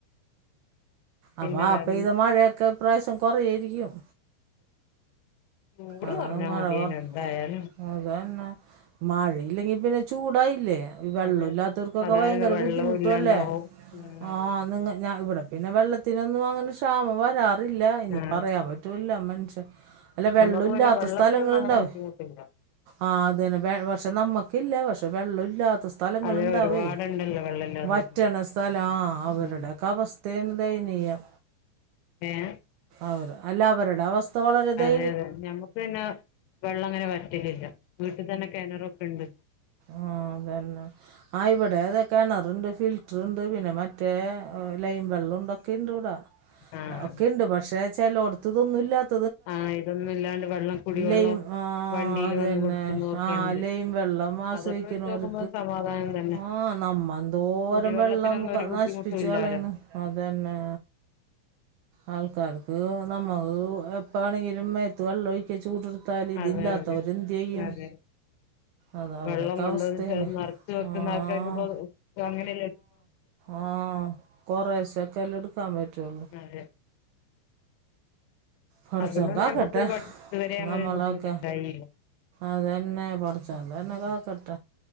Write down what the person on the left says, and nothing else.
പിന്നെ
വേറെ
ചൂട്
കുറഞ്ഞാൽ
മതിയേനു
എന്തായാലും
അതെ
അതായിരുന്നു
വെള്ളവും
ഇല്ലാണ്ടാവും
ഉം
അതെ അതെ
ആഹ്
നമുക്ക് പിന്നെ വെള്ളത്തിനൊന്നും
അങ്ങനെ ബുദ്ധിമുട്ടില്ല
അതെ
ഒരുപാടുണ്ടല്ലോ വെള്ളല്ലാതെ
ബുദ്ധിമുട്ട്
ഉം
ഏഹ്
അതെതെ നമക്ക് പിന്നെ വെള്ളം അങ്ങനെ വറ്റലില്ല വീട്ടിൽ തന്നെ കിണറൊക്കെ ഉണ്ട്
ആഹ്
ആഹ ഇതൊന്നും ഇല്ലാണ്ട് വെള്ളം കുടിവെള്ളം
വണ്ടിയിൽ
വന്ന് കൊടുക്കുന്നതൊക്കെ
ഉണ്ട്
അതൊക്കെ വെച്ച് നോക്കുമ്പോ
സമാധാനം തന്നെ
കുടിവെള്ളത്തിനൊന്നും
ഒരു ബുദ്ധിമുട്ടും
ഇല്ലാലോ
അതെ
അതെ
അതെ
വെള്ളം കൊണ്ടുവന്നിട്ട്
നിറച്ച് വെക്കുന്ന
ആൾക്കാർക്ക് ഇപ്പോ അങ്ങനെല്ല
അതെ
അതിനും
ഞമ്മക്ക് ഇതുവരെ അങ്ങനെ
ഒരു ബുദ്ധിമുട്ടുണ്ടായില്ല